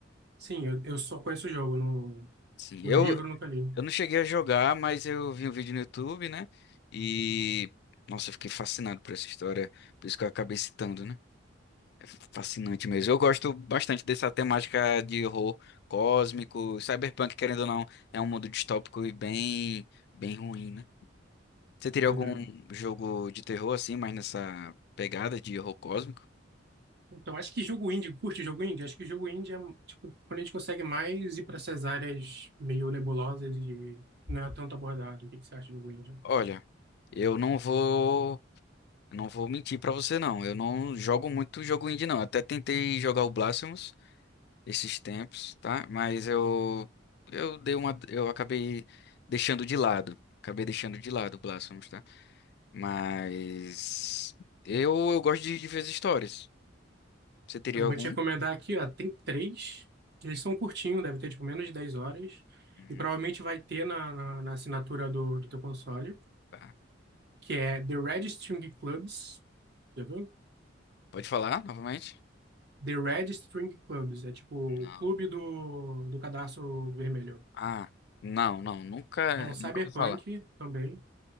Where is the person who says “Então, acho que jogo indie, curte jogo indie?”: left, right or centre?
Right